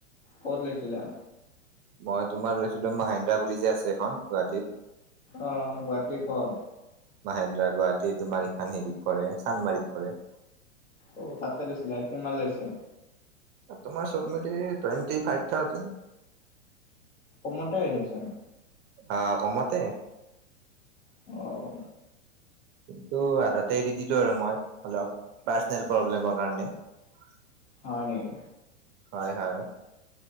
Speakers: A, on the left (about 85°); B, on the right (about 30°).
A: ক'ত লৈছিলা
B: মই তোমাৰ লৈছিলো মাহেন্দ্ৰা বুলি যে আছে এখন গুৱাহাটীত
A: অ গুৱাহাটীৰ কৰ
B: মাহেন্দ্ৰা গুৱাহাটীত তোমাৰ ইখান হেৰিত পৰে চানমাৰীত পৰে
A: অ তাতে লৈছিলা কিমান লৈছে
B: তোমাৰ চব মিলি টুৱেণ্টি ফাইভ থাউজেণ্ড
A: কমতে হৈছেচন
B: আ কমতে
A: অঁ
B: কিন্তু আধাতে এৰি দিলো আৰু মই অলপ পাৰ্চেনেল প্ৰব্লেমৰ কাৰণে <unintelligible>
A: হয় নিকি
B: হয় হয়